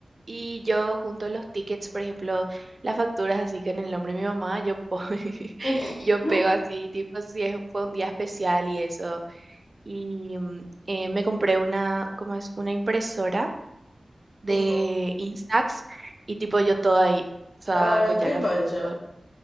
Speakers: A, on the right; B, on the left.
A: Y yo junto los tickets,
B: Mm.
A: por ejemplo, las facturas así con el nombre de mi mamá, yo, po- <laughs>
B: <laughs>
A: yo pego así, tipo, si es- fue un día especial y eso. Y mm, eh, me compré una, ¿cómo es? Una impresora de
B: Ujú.
A: Instax y tipo yo todo ahí saco
B: Ay,
A: ya
B: qué
A: la
B: facha.
A: foto.